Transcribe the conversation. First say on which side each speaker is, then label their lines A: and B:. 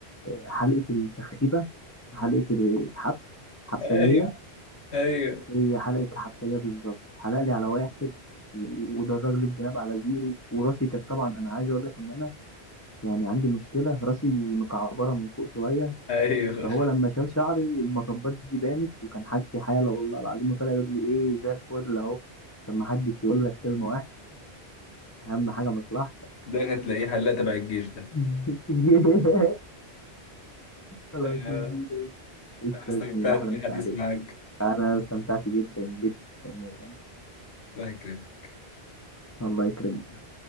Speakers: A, on the left (about 20°); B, on the left (about 75°).
A: حلقه التخريبه حلقه الحبس حبسجيه
B: ايوه ايوه
A: هي حلقه الحبسجيه بالظبط حلق لي على واحد و- ودرج لي الجناب على زيرو وراسي كانت طبعا انا عايز اقول لك ان انا يعني عندي مشكله راسي مكعبره من فوق شويه
B: ايوه
A: فهو لما شال شعري المطبات دي بانت وكان حالتي حاله والله العظيم وطلع يقول لي ايه زي الفل اهو عشان ما حدش يقول لك كلمه وحشه اهم حاجه مصلحتك
B: ده هتلاقيه حلاق تبع الجيش ده
A: <laughs> خلاص
B: آه،
A: يا زميلي قشطة
B: أنا استمتعت
A: يا زميلي أحلى
B: بالحديث
A: مسا عليك
B: معاك
A: أنا استمتعت جدا جدا يعني
B: الله يكرمك
A: الله يكرمك